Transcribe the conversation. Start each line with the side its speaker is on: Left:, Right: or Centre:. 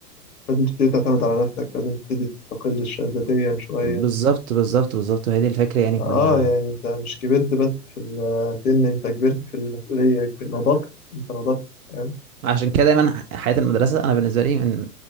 Left: لازم تبتدي تعتمد على نفسك لازم تبتدي تستقل ش- ذاتيا شوية
Right: بالظبط بالظبط بالظبط وهي دي الفكرة يعني
Left: اه
Right: كنا
Left: يعني انت مش كبرت بس في السن انت كبرت في المسؤولية نضجت انت نضجت فاهم
Right: عشان كده دايما حياة المدرسة أنا بالنسبة لي من